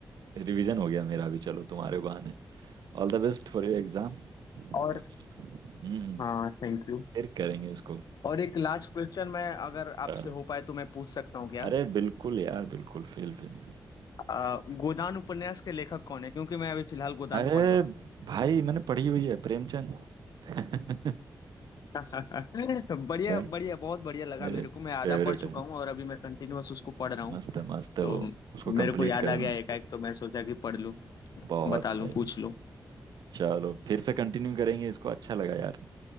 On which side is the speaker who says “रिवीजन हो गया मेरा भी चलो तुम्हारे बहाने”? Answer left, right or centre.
Right